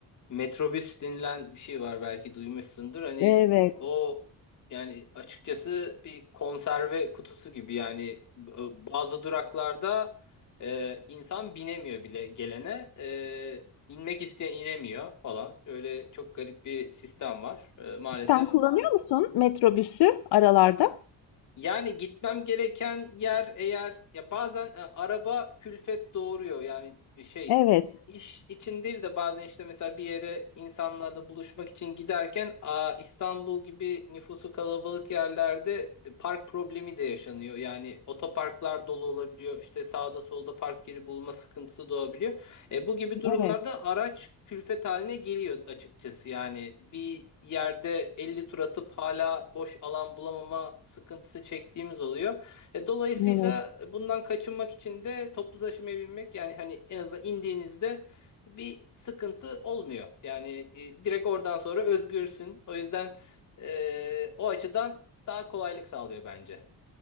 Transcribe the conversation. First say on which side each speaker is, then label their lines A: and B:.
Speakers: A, on the left; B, on the left.
A: metrobüs denilen bir şey var belki duymuşsundur. Hani
B: Evet.
A: o yani açıkçası bir konserve kutusu gibi yani e, bazı duraklarda e, insan binemiyor bile gelene. E, inmek isteyen inemiyor falan. Öyle çok garip bir sistem var. E, maalesef
B: Sen kullanıyor musun metrobüsü aralarda?
A: Yani gitmem gereken yer eğer ya bazen e, araba külfet doğuruyor yani e, şey
B: Evet,
A: iş için değil de bazen işte mesela bir yere insanlarla buluşmak için giderken a, İstanbul gibi nüfusu kalabalık yerlerde e, park problemi de yaşanıyor. Yani otoparklar dolu olabiliyor işte sağda solda park yeri bulma sıkıntısı doğabiliyor. E, bu gibi durumlarda
B: evet,
A: araç külfet haline geliyor açıkçası. Yani bir yerde 50 tur atıp hala boş alan bulamama sıkıntısı çektiğimiz oluyor. E, dolayısıyla
B: evet.
A: bundan kaçınmak için de toplu taşımaya binmek yani hani en azından indiğinizde bir sıkıntı olmuyor. Yani e, direkt oradan sonra özgürsün. O yüzden e, o açıdan daha kolaylık sağlıyor bence.